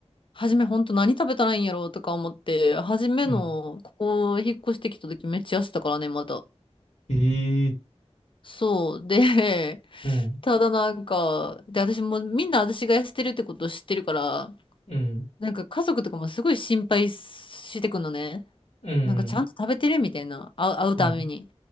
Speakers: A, on the left (about 50°); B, on the left (about 80°).
A: 初めほんと何食べたらいいんやろうとか思って、初めの、
B: うん。
A: ここ引っ越してきた時めっちゃ痩せたからね、また。
B: ええー、
A: そう。で、<laughs>
B: うん、
A: ただなんか、で、私もみんな私が痩せてるってことを知ってるから、
B: うん、
A: なんか家族とかもすごい心配してくのね。
B: うん、
A: なんかちゃんと食べてるみたいな、会う、会うために。
B: うん、